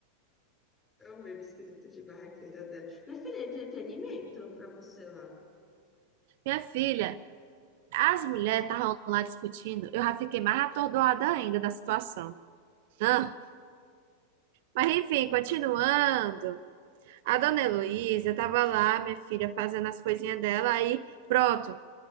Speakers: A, on the left; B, on the right.
A: Eu mesmo espírito de barraqueira dela. Minha filha, entretenimento pra você lá.
B: Minha filha, as mulheres estavam lá discutindo, eu já fiquei mais atordoada ainda da situação. Ah, mas enfim, continuando. A dona Heloísa tava lá, minha filha, fazendo as coisinhas dela, aí pronto.